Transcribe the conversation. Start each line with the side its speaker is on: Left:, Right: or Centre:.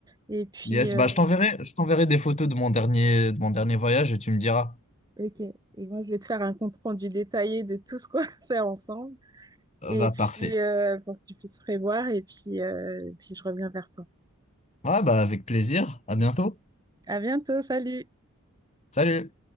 Right: Et puis,
Left: Yes,
Right: euh,
Left: bah je t'enverrai, je t'enverrai des photos de mon dernier, de mon dernier voyage et tu me diras.
Right: ok, et moi je vais te faire un compte rendu détaillé de tout ce qu'on va <laughs> faire ensemble.
Left: Ah,
Right: Et
Left: Bah
Right: puis,
Left: parfait.
Right: euh, pour que tu puisses prévoir, et puis, euh, puis je reviens vers toi.
Left: Ouais, bah avec plaisir. À bientôt.
Right: À bientôt, salut!
Left: Salut.